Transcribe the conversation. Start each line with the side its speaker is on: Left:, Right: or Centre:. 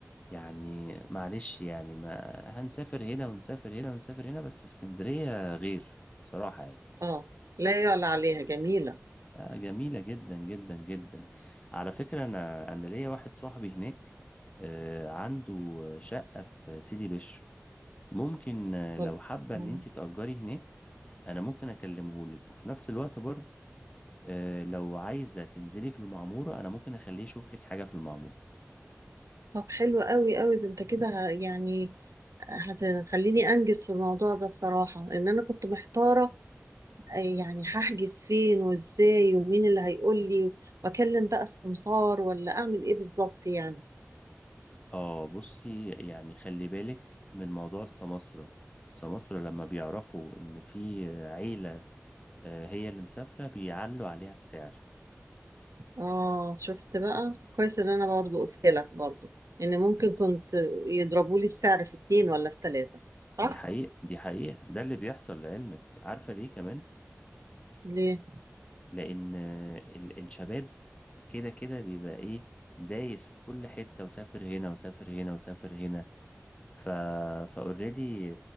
Left: يعني معلش يعني ما هنسافر هنا ونسافر هنا ونسافر هنا بس اسكندرية غير بصراحة يعني
Right: اه لا يعلى عليها جميلة
Left: آه، جميلة جدا جدا جدا على فكرة أنا أنا ليا واحد صاحبي هناك آه، عنده شقة في سيدي بشر ممكن آه، لو
Right: وال-
Left: حابة
Right: مم.
Left: إن أنت تأجري هناك أنا ممكن أكلمه لك وفي نفس الوقت برضو آه، لو عايزة تنزلي في المعمورة أنا ممكن أخليه يشوف لك حاجة في المعمورة
Right: طب حلو قوي قوي ده انت كده ه- يعني هتخليني انجز في الموضوع ده بصراحة لان انا كنت محتارة آه، يعني هحجز فين وازاي ومين اللي هيقول لي واكلم بقى سمسار ولا اعمل ايه بالظبط يعني
Left: آه بصي يعني خلي بالك من موضوع السماسرة السماسرة لما بيعرفوا إن في عيلة آه، هي اللي مسافرة بيعلوا عليها السعر
Right: اه شفت بقى كويس ان انا برضو قلت لك برضو ان ممكن كنت يضربوا لي السعر في اتنين ولا في تلاتة صح؟
Left: دي حقيقة دي حقيقة ده اللي بيحصل لعلمك عارفة ليه كمان
Right: ليه؟
Left: لأن آه، ال- الشباب كده كده بيبقى إيه دايس في كل حتة وسافر هنا وسافر هنا وسافر هنا ف فاوريدي